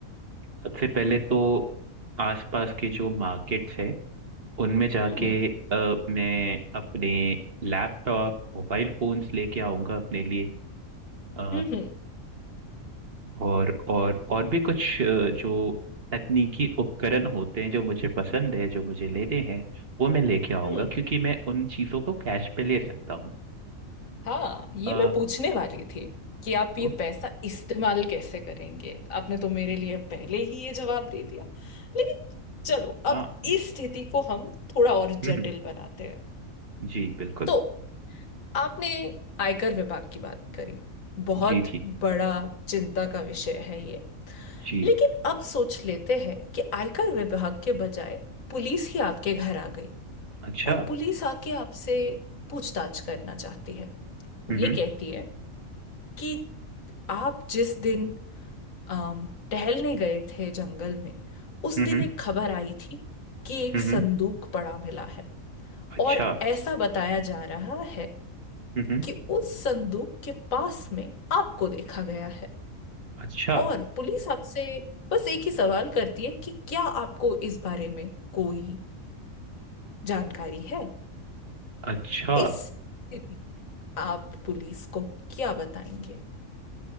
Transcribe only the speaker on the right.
सबसे पहले तो आसपास के जो मार्केट्स हैं उनमें जाके
अ, मैं अपने लैपटॉप मोबाइल फोन्स लेके आऊंगा अपने लिए अ,
और और और भी कुछ अ, जो तकनीकी उपकरण होते हैं जो मुझे पसंद है जो मुझे लेने हैं वो मैं लेके आऊंगा
क्योंकि मैं उन चीजों को कैश पे ले सकता हूँ
अ,
हो-
हाँ
हम्म
हम्म,
हम्म,
जी बिल्कुल
जी जी
जी
अच्छा
हम्म
हम्म
हम्म
हम्म
हम्म,
अच्छा
हम्म हम्म,
अच्छा
अच्छा